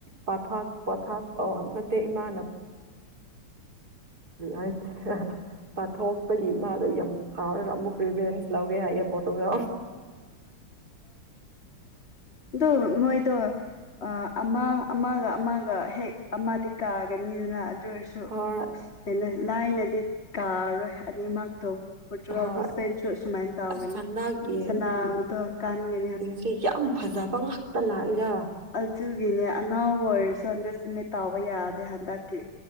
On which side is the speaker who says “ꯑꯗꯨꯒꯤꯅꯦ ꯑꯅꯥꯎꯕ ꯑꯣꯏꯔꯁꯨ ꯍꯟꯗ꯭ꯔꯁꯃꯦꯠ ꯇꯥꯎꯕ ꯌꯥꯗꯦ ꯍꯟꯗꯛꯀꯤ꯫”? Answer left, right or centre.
Left